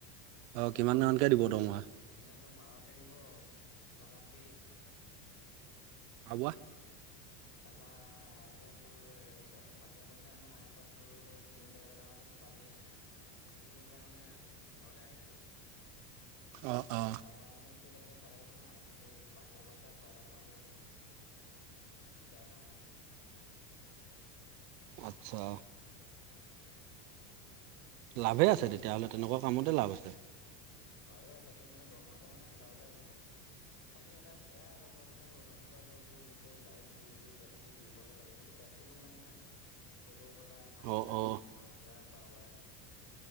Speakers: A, on the right (about 75°); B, on the left (about 30°).
A: অ কিমান মানকে দিব দৰমহা
B: অ' মানে তোৰ বাৰকে দিব, থকা ফ্ৰী।
A: <unintelligible>
B: তাৰপা এনেকে তোৰ বাহিৰা পইচা হেনো মাহেকত তোৰ তিনি চাৰি হাজাৰ টকা ত পাবি মাহে মাহে সি এতিয়া মানে ঘৰলে আহিল টো।
A: <inaudible> অ
B: তাৰ পৰা মানে সি তেনেকে চ লাগিব নাই কিন্তু বাহিৰা পইচা ছয় হেজাৰ টকা লৈ আহিছে। দেৰ মাহ কাম কৰি
A: আচ্ছা। লাভে আছে তেতিয়াহ'লে তেনেকুৱা কামতে লাভ আছে।
B: লাভে আছে এইটো মানে দৰমহাটো মানে গোটা গোটাই ৰৈ যায়। খালি এটা সে বেয়া আগ তাৰ মে এই অৰুণাচল গোতেই গাড়ীত ঘূৰি ঘূৰি পেপচিটো দিবগে লাগে এইটো পেপচি কোম্পানী না।
A: <inaudible>
B: কোকাকোলা, ফান্তা,
A: অ অ
B: মাজা, পাৱাৰ।